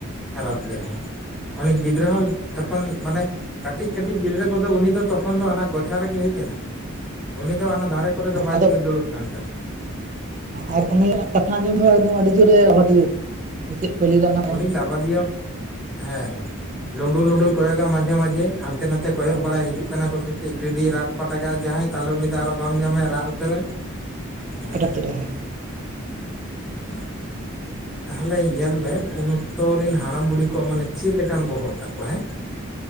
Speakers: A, in the centre; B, on the right.
A: ᱠᱷᱟᱨᱟᱯ ᱜᱮ ᱦᱮᱸ ᱩᱱᱤ ᱜᱤᱫᱽᱨᱟᱹ ᱦᱚᱸ ᱛᱚᱠᱷᱚᱱ ᱢᱟᱱᱮ ᱠᱟᱹᱴᱤᱡ-ᱠᱟᱹᱴᱤᱡ ᱜᱤᱫᱽᱨᱟᱹ ᱠᱚᱫᱚ ᱩᱱᱤ ᱫᱚ ᱛᱚᱠᱷᱚᱱ ᱫᱚ ᱦᱟᱱᱟ ᱜᱚᱪᱷᱟ ᱨᱮᱜᱮ ᱦᱮᱡ ᱮᱱᱟ᱾ ᱩᱱᱤ ᱫᱚ ᱚᱱᱟ ᱫᱷᱟᱨᱮ ᱠᱚᱨᱮ ᱫᱚ ᱵᱟᱭ
B: ᱟᱫᱚ
A: ᱫᱩᱲᱩᱵ ᱠᱟᱱ ᱛᱟᱵᱚᱱᱟ᱾
B: ᱟᱨ ᱩᱱᱤᱭᱟᱜ ᱠᱟᱛᱷᱟ ᱟᱸᱡᱚᱢ ᱫᱚ ᱮᱠᱫᱚᱢ ᱟᱹᱰᱤ ᱡᱳᱨᱮ ᱨᱟᱜᱤᱭᱟᱜ ᱪᱮᱫ ᱠᱚ ᱞᱟᱹᱭ ᱮᱫᱟ, ᱚᱱᱟ
A: ᱩᱱᱤ ᱞᱟᱵᱟᱫᱤᱭᱤᱭᱟᱹ ᱦᱮᱸ ᱞᱩᱸᱰᱩ-ᱞᱩᱸᱰᱩᱭ ᱠᱚᱭᱚᱜᱟ ᱢᱟᱡᱷᱮ ᱢᱟᱡᱷᱮ ᱟᱨ ᱦᱟᱱᱛᱮ- ᱱᱟᱛᱮ ᱠᱚᱭᱚᱜ
B: ᱦᱚᱸ
A: ᱵᱟᱲᱟᱭ ᱦᱤᱡᱩᱜ ᱠᱟᱱᱟ ᱠᱚ ᱥᱮ ᱪᱮᱫ ᱡᱩᱫᱤ ᱨᱟᱴ-ᱯᱟᱴᱟᱜᱟᱜ ᱡᱟᱦᱟᱸᱭ ᱛᱟᱦᱚᱞᱮ ᱩᱱᱤ ᱫᱚ ᱟᱨᱚ ᱵᱟᱢ ᱧᱟᱢᱟᱭ ᱨᱟᱜ ᱩᱛᱟᱹᱨᱟ᱾ ᱦᱮᱸ
B: ᱯᱚᱴᱚᱢ ᱛᱮ ᱦᱮᱸ
A: ᱦᱮᱸ ᱛᱟᱦᱞᱮ ᱧᱮᱞ ᱢᱮ ᱩᱱ ᱚᱠᱛᱚᱨ ᱨᱮᱱ ᱦᱟᱲᱟᱢ ᱵᱩᱲᱦᱤ ᱠᱚᱣᱟᱜ ᱢᱟᱱᱮ ᱪᱮᱫ ᱞᱮᱠᱟᱱ ᱵᱚᱦᱚᱜ ᱛᱟᱠᱚᱣᱟ ᱦᱮᱸ